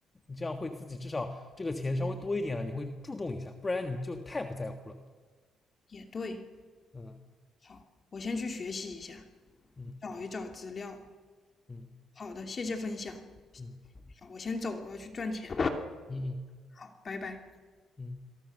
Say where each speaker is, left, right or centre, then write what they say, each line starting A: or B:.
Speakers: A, on the left; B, on the left.
A: 你这样会自己至少这个钱稍微多一点了，你会注重一下，不然你就太不在乎了。
B: 也对。
A: 嗯
B: 好，我先去学习一下，
A: 嗯
B: 找一找资料。
A: 嗯
B: 好的，谢谢分享。
A: 嗯
B: 好，我先走了，我要去赚钱。
A: 嗯嗯
B: 好，拜拜。
A: 嗯。